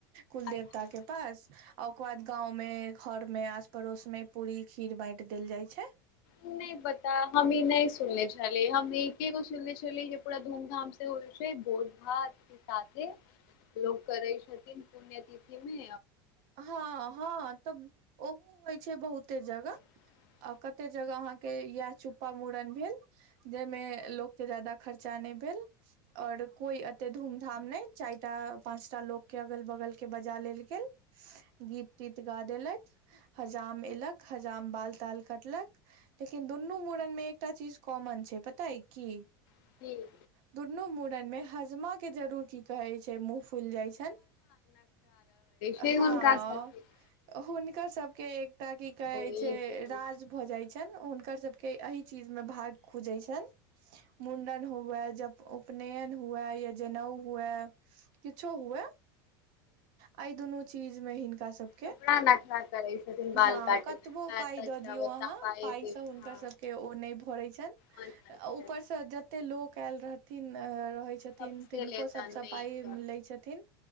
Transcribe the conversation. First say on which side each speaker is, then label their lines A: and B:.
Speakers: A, on the right; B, on the left.
A: कुल
B: अच्छा
A: देवता के पास ओकर बाद गांव में घर में आस पड़ोस में पूरी खीर बांइट देल जाइ छैइ
B: नई पता हम ई नई सुनने छी छलैइ हम एकेगो सुननेे छलियै जे पूरा धूमधाम से होइ छैइ भोज भात लोक करै छथि पुण्यतिथि में
A: हँअ् हँअ् तब ओहो होइ छैई बहुते जगह
B: ह
A: आ कते जगह अहाँ के या चुप्पा मूड़न भेल जे में लोक के जादा खर्चा नई भेल और कोई एते धूम धाम नई चारिटा पाँचटा लोक के अगल बगल के बजा लेल गेल गीत तीत गा देलत हजाम एलक हजाम बाल ताल कटलक लेकिन दुनू मूड़न में एकटा चीज कॉमन छैइ पता अई की
B: ठीक
A: दुनू मूड़न में हजमा के जरूर की कहैत छैइ मुफ फुल जाइ छनि
B: जे हमरा
A: हँ
B: सबकें कोन
A: हुनकर सबके एकटा की कहै
B: ई
A: छैइ
B: दियौ
A: राज भऽ जाइ छनि हुनकर सबके एहि चीज मे भाग खुजैइ छैन मुंडन हुए जब उपनयन हुए या जनेउ हुए किछो हुए अई दुनू चीज में हिन हुनका सबकें
B: कपड़ा नखरा करै छथिन बाल
A: हां
B: काटैमे
A: कतबो पाई
B: एत
A: द
B: जाउ
A: दिऔ
B: ओतऽ
A: आहां
B: पाइ
A: पाई
B: दियौ
A: से हुनका
B: हँ
A: सबकें सब के ओ नई भरैइ छैन
B: मन करतनि
A: ऊपर से जते लोक आयल रहथिन अ रहै छथिन
B: सबसे
A: तिनको
B: लेतनि
A: सबसँ
B: नहि
A: पाइईए लैइ छथिन